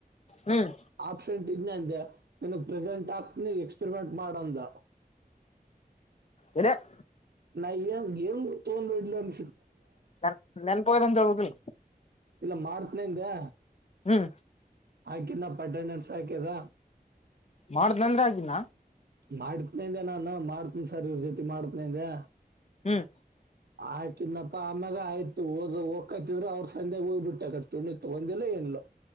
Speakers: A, on the left (about 45°); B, on the right (about 85°).
A: ಹ್ಮ್
B: ಆಪ್ಸೆಂಟ್ ೆ ನನ್ಗ್ ಪ್ರೆಸೆಂಟ್ ಆಗ್ತನ ಎಕ್ಸ್ಪೆರಿಮೆಂಟ್ ಮಾಡಂದ
A: ಒಡೆಯರ್
B: ನ ತೋೊಂಡ ವೇಡ್ಲ
A: ನ್ ನನ್ಪಯತಂದಮಗಲ್
B: ಇಲ್ಲ ಮಾಡತ್ನಂದೆ
A: ಹ್ಮ್
B: ಹಾಕ ನ ಪಟ್ಟಣನ್ ಸಾಕ್ಯದ
A: ಮಾಡ್ದ್ಂದ್ರೆ ಆಗಿನ
B: ಮಾಡತ್ನೇಂದೆ ನಾನು ಮಾಡ್ತನಿ ಸರ್ ಇವ್ರ ಜೊತೆ ಮಾಡತ್ನಂದೆ
A: ಹ್ಮ್
B: ಆಾಕನ್ಪ್ಪಾ ಆಮ್ಯಾಗ ಆಯ್ತು ಹದ್ ಹ್ಕತಿದ್ರು ಅವರು ಸಂಜ್ಯಾಗ ಹೋಗ್ಬ ಬಿಟ್ಟ ಕೊಂಡಿತ್ತು ಒಂದಲ್ಲ